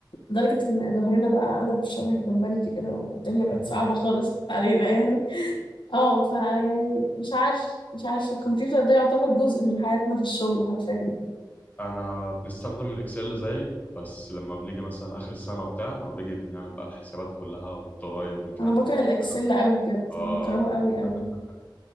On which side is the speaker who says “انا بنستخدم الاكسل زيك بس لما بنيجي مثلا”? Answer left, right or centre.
Left